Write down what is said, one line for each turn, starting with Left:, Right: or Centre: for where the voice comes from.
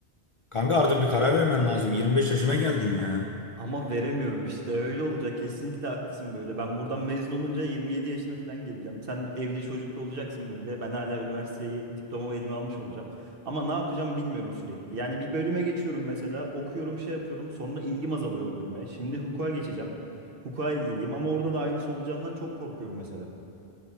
Left: Kanka
Right: Ya,
Left: artık bir karar vermen lazım. 25 yaşına geldin ya.
Right: ama veremiyorum işte. Öyle olacak. Kesinlikle haklısın böyle. Ben buradan mezun olunca 27 yaşına falan geleceğim. Sen evli çocuklu olacaksın böyle. Ben hala üniversiteyi, diplomamı elime almış olacağım. Ama ne yapacağım bilmiyorum sürekli. Yani bir bölüme geçiyorum mesela. Okuyorum, şey yapıyorum. Sonra ilgim azalıyor o bölüme. Şimdi hukuka geçeceğim. Hukuka ilgiliyim ama orada da aynısı olacağından çok korkuyorum mesela.